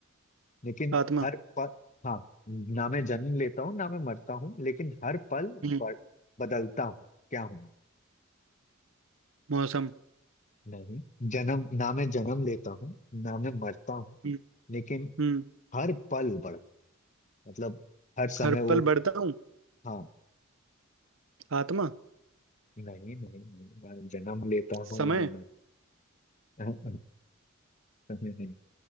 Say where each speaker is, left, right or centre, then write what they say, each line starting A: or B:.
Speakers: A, on the left; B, on the right.
A: लेकिन
B: आत्मा
A: हर पल हाँ ना मैं जन्म लेता हूँ ना मैं मरता हूँ लेकिन हर पल
B: हम्म
A: ब- बदलता हूँ क्या हूँ मैं?
B: मौसम
A: नहीं जन्म ना मैं जन्म लेता हूँ ना मैं मरता हूँ
B: हम्म
A: लेकिन
B: हम्म
A: हर पल बढ़ता मतलब हर समय
B: हर
A: वो
B: पल बढ़ता हूँ
A: हाँ
B: आत्मा
A: नहीं नहीं नहीं मैं जन्म लेता
B: समय
A: हूँ ना मर समय <laughs> नहीं